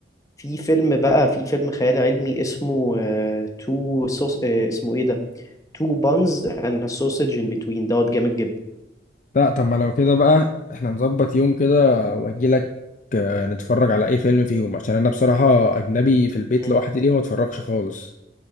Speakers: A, on the left; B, on the left.
A: في فيلم بقى في فيلم خيال علمي اسمه آه، تو سوس آه اسمه ايه ده تو بانز اند سوسج ان بتوين دوت جامد جدا
B: لا طب ما لو كده بقى احنا نظبط يوم كده واجي لك آه، نتفرج على اي فيلم فيهم عشان انا بصراحه اجنبي في البيت
A: مم.
B: لوحدي دي ما اتفرجش خالص